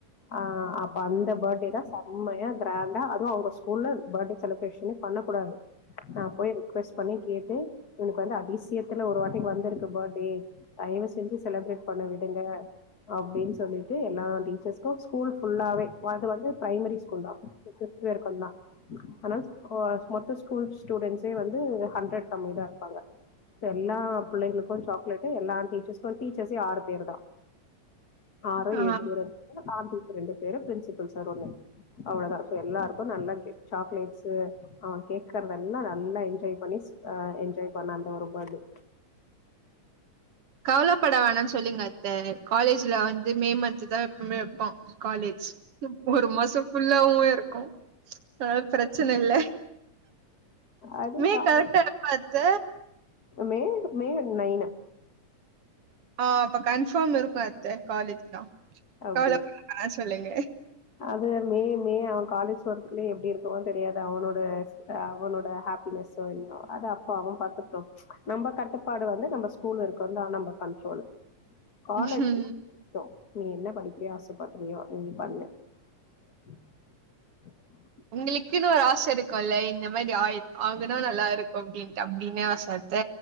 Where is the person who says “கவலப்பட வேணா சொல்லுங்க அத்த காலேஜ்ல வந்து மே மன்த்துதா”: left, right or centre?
Right